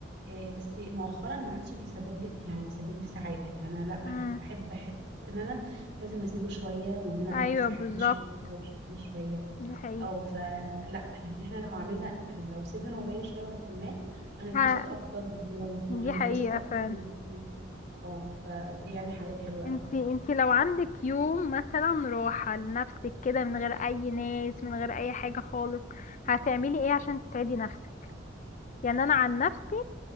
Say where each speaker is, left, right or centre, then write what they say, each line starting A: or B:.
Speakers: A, on the right; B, on the left.
A: آه، بس مؤخرا ما عادش بيسبب لي يعني بيسبب لي سعادة يعني انا لا أنا
B: امم
A: بحب بحب ان انا لازم اسيبه شوية وان انا
B: ايوه
A: اركز في
B: بالظبط
A: حياتي شوية وشغلي شوية
B: دي حقيقة
A: او فلا يعني احنا لو عملنا لو سيبنا الموبايل شوية وركناه هنتبسط
B: ها
A: اكتر باليوم
B: دي
A: وهنتبسط
B: حقيقة
A: اكتر
B: فعلا
A: بالسنة اه فدي يعني حاجات حلوة
B: انتي انتي لو عندك يوم مثلا راحة لنفسك كده من غير اي ناس من غير اي حاجة خالص هتعملي ايه عشان تسعدي نفسك يعني انا عن نفسي